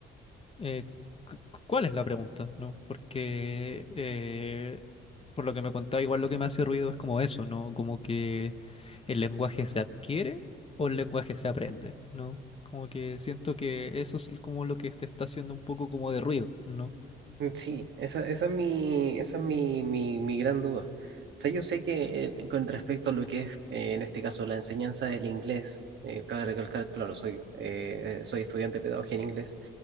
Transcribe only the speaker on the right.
Mm, Sí, esa, esa es mi, esa es mi, mi, mi gran duda. O sea, yo sé que eh, con respecto a lo que es, eh, en este caso, la enseñanza del inglés, eh, cabe recalcar, claro, soy, eh, soy estudiante de pedagogía en inglés,